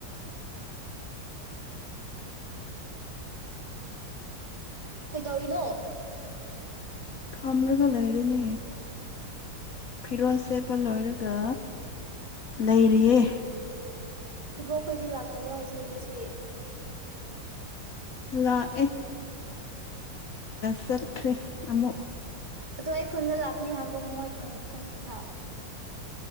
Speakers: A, on the right; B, on the left.
A: ꯀꯩꯗꯧꯔꯤꯅꯣ
B: ꯐꯅꯒ ꯂꯩ ꯍꯥꯏꯔꯤꯅꯤ ꯐꯤꯔꯣꯟꯁꯦ ꯐ ꯂꯣꯏꯔꯦꯒ ꯂꯩꯔꯤꯌꯦ
A: ꯏꯕꯣ ꯑꯩꯈꯣꯏꯗꯤ ꯂꯥꯛꯇꯕ꯭ꯔꯥ ꯍꯧꯖꯤꯛ ꯉꯁꯤ
B: ꯂꯥꯛꯑꯦ ꯆꯠꯈ꯭ꯔꯦ ꯑꯃꯨꯛ
A: ꯑꯣ ꯑꯩ ꯈꯨꯟꯗ ꯂꯥꯛꯀꯅꯤ ꯍꯥꯏꯕꯗꯣ ꯃꯣꯏ ꯈꯪ꯭ꯔ